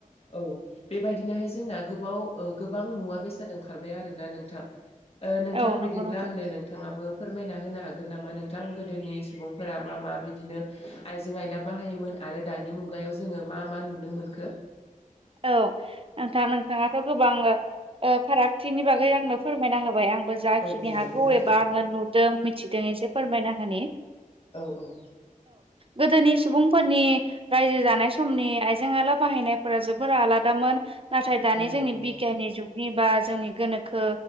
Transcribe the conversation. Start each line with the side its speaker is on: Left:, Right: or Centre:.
Left: औ बे बेबायदिनोहाय जोंना गोबाव गोबां मुवा बेसाद ओंखारबाय आरो ना नोंथां। नोंथां
Right: औ नंगौ
Left: बिदिब्ला
Right: नोंथां
Left: आंनो नोंथाङाबो फोरमायना होनो हागोन नामा नोंथां गोदोनि सुबुंफोरा मा मा बिदिनो आइजें आइला बाहायोमोन। आरो दानि मुगायाव जोङो मा मा नुनो मोनखो?
Right: औ नोंथां नोंथाङाथ' गोबां फारागथिनि बागै आंनो फोरमायना होबाय आं आंबो जाखिनि
Left: औ औ
Right: हागौ
Left: नंगौ नोंथां
Right: एबा आङो नुदों मिथिदों एसे फोरमायना होनानि
Left: औ औ
Right: गोदोनि सुबुंफोरनि रायजो जानाय समनि आइजें आला बाहायनायफोरा जोबोद फोरा आलादामोन नाथाय दानि
Left: औ नंगौ
Right: जोंनि बिगियाननि जुग नि बा जोंनि गोनोखो